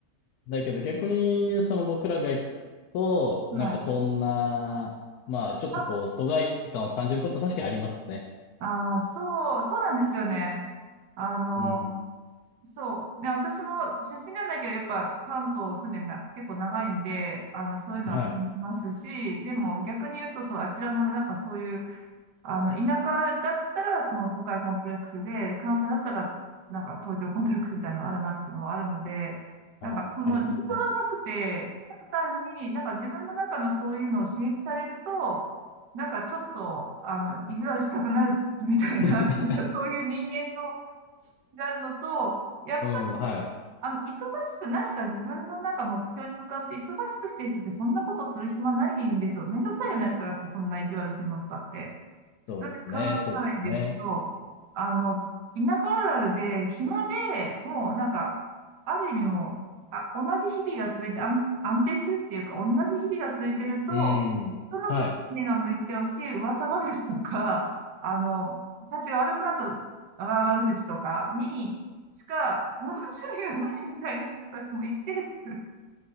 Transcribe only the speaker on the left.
だけど逆に、その僕らが行くと、
なんかそんな、まあちょっとこう、
疎外感を感じることは確かにありますね。
うん。
はい。
はい。
ありますね。
<laughs>
うん、はい。
そうですね。そうですね。
うん。
はい。